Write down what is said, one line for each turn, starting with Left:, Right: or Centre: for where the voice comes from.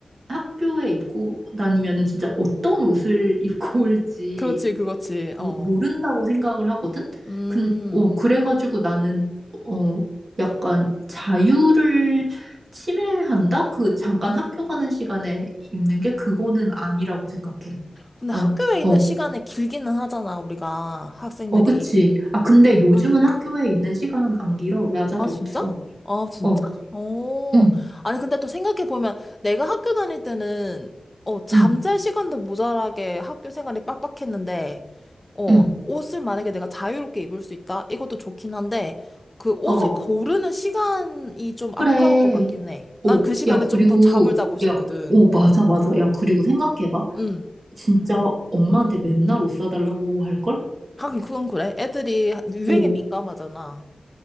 Right: 학교에 입고 다니면은 진짜 어떤 옷을 <laughs> 입고 올지
Left: 그렇지, 그렇지,
Right: 모,
Left: 어.
Right: 모른다고 생각을 하거든?
Left: 음,
Right: 근, 어, 그래가지고 나는, 어, 약간 자유를 침해한다? 그 잠깐
Left: 음.
Right: 학교 가는 시간에 입는 게 그거는 아니라고 생각해.
Left: 근데
Right: 난,
Left: 학교에 있는
Right: 어,
Left: 시간이 길기는 하잖아, 우리가, 학생들이.
Right: 어, 그치. 아, 근데 요즘은
Left: 음.
Right: 학교에 있는 시간 안 길어. 야자도
Left: 아, 진짜?
Right: 없어.
Left: 아, 진짜?
Right: 어,
Left: 어.
Right: 응,
Left: 아니, 근데 또 생각해보면 내가 학교 다닐 때는, 어, 잠잘
Right: 응,
Left: 시간도 모자라게 학교 생활이 빡빡했는데, 어,
Right: 응.
Left: 옷을 만약에 내가 자유롭게 입을 수 있다? 이것도 좋긴 한데, 그 옷을
Right: 어.
Left: 고르는 시간이 좀
Right: 그래.
Left: 아까울 것 같긴 해. 난
Right: 어,
Left: 그 시간에
Right: 야,
Left: 좀
Right: 그리고,
Left: 더 잠을 자고 싶거든.
Right: 야, 어, 맞아, 맞아. 야, 그리고 생각해봐.
Left: 음.
Right: 진짜 엄마한테 맨날 옷 사달라고 할걸?
Left: 하긴 그건 그래. 애들이 유행에
Right: 어,
Left: 민감하잖아.